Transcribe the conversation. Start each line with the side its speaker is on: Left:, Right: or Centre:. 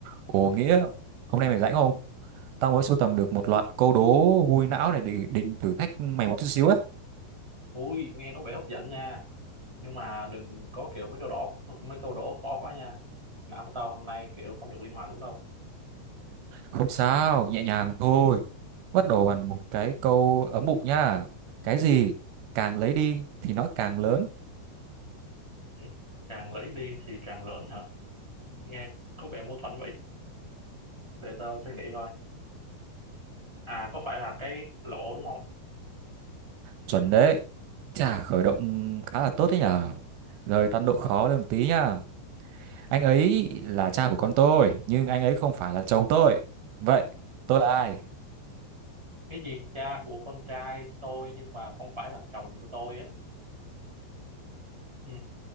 Right: Ồ Nghĩa, hôm nay mày rảnh không? Tao mới sưu tầm được một loạt câu đố vui não này để định thử thách mày một chút xíu á.
Centre: Ui, nghe có vẻ hấp dẫn nha. Nhưng mà đừng có kiểu mấy câu đố, mấy câu đố khó quá nha. Não của tao hôm nay kiểu không được linh hoạt lắm đâu.
Right: Không sao, nhẹ nhàng thôi. Bắt đầu bằng một cái câu ấm bụng nha. Cái gì càng lấy đi thì nó càng lớn.
Centre: Ừ. Càng lấy đi thì càng lớn hả? Nghe có vẻ mâu thuẫn vậy. Để tao suy nghĩ coi. À, có phải là cái lỗ đúng không?
Right: Chuẩn đấy. Chà, khởi động khá là tốt đấy nhở. Rồi tăng độ khó lên một tí nha. Anh ấy là cha của con tôi, nhưng anh ấy không phải là chồng tôi. Vậy, tôi là ai?
Centre: Cái gì cha của con trai tôi nhưng mà không phải là chồng của tôi á. Ừ.